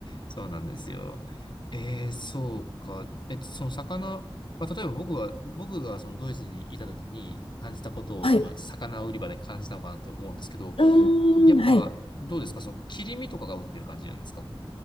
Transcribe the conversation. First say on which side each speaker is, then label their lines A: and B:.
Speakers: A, on the left (about 55°); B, on the left (about 75°).
A: そうなんですよ。えー、そうか。え、その魚、まあ、例えば僕は、僕がそのドイツにいた時に感じたことを多分魚売り場で感じたのかなって思うんですけど、
B: はい。うー
A: やっぱ、
B: ん、はい。
A: どうですかその、切り身とかが売ってる感じなんですか